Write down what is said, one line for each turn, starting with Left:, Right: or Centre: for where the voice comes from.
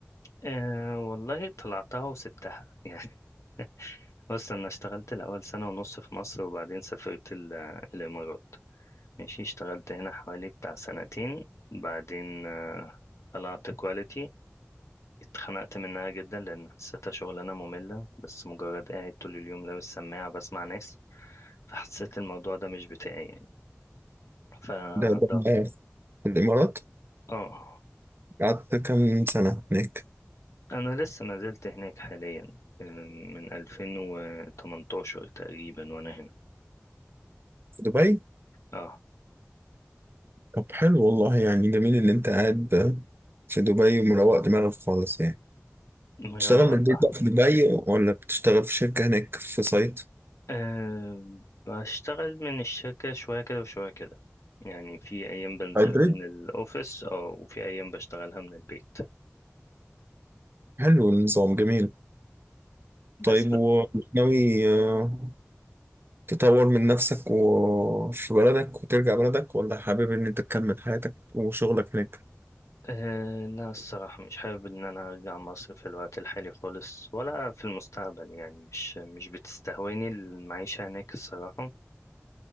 Left: أه والله طلعتها وسبتها <laughs> يعني بص أنا اشتغلت الأول سنة ونص في مصر وبعدين سافرت ال- الإمارات ماشي اشتغلت هنا حوالي بتاع سنتين بعدين آه، طلعت كواليتي اتخنقت منها جدا لأن حسيتها شغلانة مملة بس مجرد قاعد طول اليوم لابس سماعة بسمع ناس فحسيت الموضوع ده مش بتاعي يعني فده
Right: ده ده معايا في الامارات
Left: اه
Right: قعدت كام سنه هناك
Left: أنا لسه ما زلت هناك حاليا آه، من 2018 تقريبا وأنا هنا
Right: في دبي
Left: اه
Right: طب حلو والله يعني جميل ان انت قاعد في دبي ومروق دماغك خالص يعني
Left: مروق
Right: تشتغل من البيت
Left: آه.
Right: بقى في دبي ولا بتشتغل في شركه هناك في سايت
Left: أه بشتغل من الشركة شوية كده وشوية كده يعني في أيام بنزلها
Right: هايبريد
Left: من الأوفيس اه وفي أيام بشتغلها من البيت
Right: حلو النظام جميل طيب
Left: بس
Right: وناوي
Left: ب...
Right: آه، تطور من نفسك وفي بلدك وترجع بلدك ولا حابب ان انت تكمل حياتك وشغلك هناك
Left: أه لا الصراحة مش حابب إن أنا أرجع مصر في الوقت الحالي خالص ولا في المستقبل يعني مش مش بتستهويني المعيشة هناك الصراحة